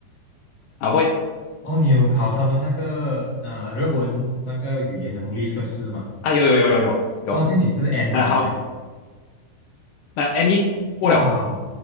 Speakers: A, on the left; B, on the left.
A: 啊会
B: 哦，你有考他们那个呃日文那个语言能力测试嘛？
A: 啊有有有有有有，
B: 哦，就你是 N
A: 哎、
B: 级，
A: 好的，那 N 一过了，
B: 哇，